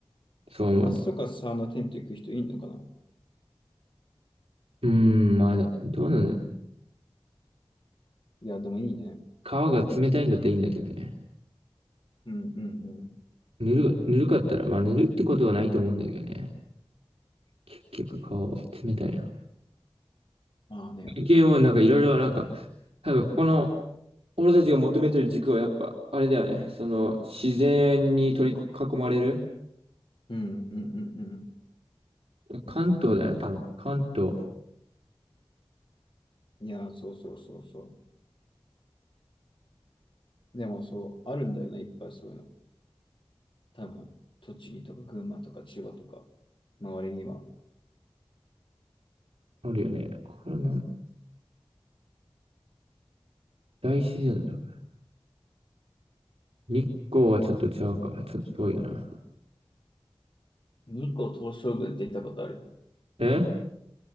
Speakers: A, on the right; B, on the left.
A: そう思う。
B: 夏とかサウナテント行く人いんのかな
A: うーん、まあ、どうなの
B: いや、でもいいね。
A: 川が冷たいんだったらいいんだけどね。
B: うんうんうん。
A: ぬる、ぬるかったら、まあ、ぬるいってことはないと思うんだけどね。結局、川は冷たいな。
B: まあね。
A: 関係もなんかいろいろなんか、多分ここの、俺たちが求めてる軸はやっぱ、あれだよね。その、自然に取り囲まれる。
B: うんうんうんう
A: 関東だよね、多分。関東。
B: ん。いや、そうそうそうそう。でもそう、あるんだよね、いっぱいそういうの。多分、栃木とか群馬とか千葉とか、周りには。
A: あるよね。これはなん、大自然だとかね。日光はちょっとちゃうか。ちょっと遠いよな。
B: 日光東照宮って行ったことある。
A: え